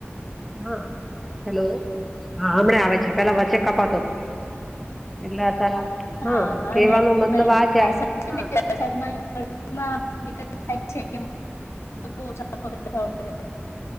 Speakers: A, in the centre; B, on the left.
A: હા હલો! હા હમણાં આવે છે. પેલા વચ્ચે કપાતોું હતો, એટલે અત્યારે
B: હા
A: કેવાનો
B: નેટવર્ક
A: મતલબ
B: ના લીધે
A: આ છે આપડે
B: વરસાદ છે
A: હા
B: ને એટલે વરસાદમાં વરસાદમાં થાય છે કે બાર પકડ